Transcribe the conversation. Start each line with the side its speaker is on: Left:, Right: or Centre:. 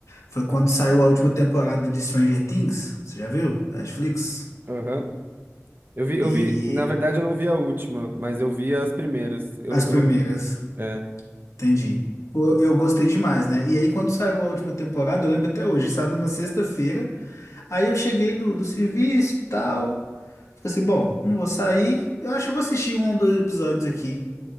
Left: Foi quando saiu a última temporada de Stranger Things, você já viu? Da Netflix.
Right: Aham. Eu vi, eu
Left: E
Right: vi, na verdade eu não vi a última, mas eu vi as primeiras. Eu,
Left: As
Right: eu
Left: primeiras,
Right: não, é.
Left: entendi. Pô, Eu gostei demais, né? E aí, quando saiu a última temporada, eu lembro até hoje, saiu numa sexta-feira. Aí eu cheguei do, do serviço e tal. Falei assim: bom, não vou sair. Eu acho que eu vou assistir um ou dois episódios aqui.